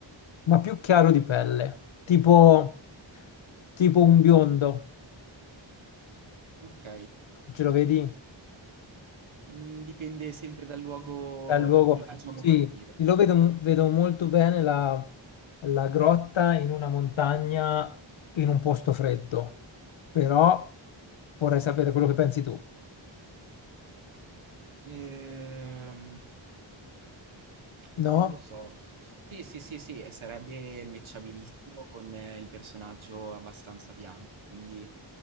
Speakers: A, on the left; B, on the right.
A: ma più chiaro di pelle, tipo, tipo un biondo,
B: Ok,
A: ce lo vedi?
B: Mm, dipende sempre dal luogo
A: Bel luogo,
B: da cui lo facciamo
A: sì,
B: partire.
A: lo vedo, vedo molto bene la, la grotta in una montagna in un posto freddo, però vorrei sapere quello che pensi tu.
B: Ehm,
A: No?
B: non lo so. Sì, sì, sì, sì, e sarebbe matchabilissimo con eh, il personaggio abbastanza bianco, quindi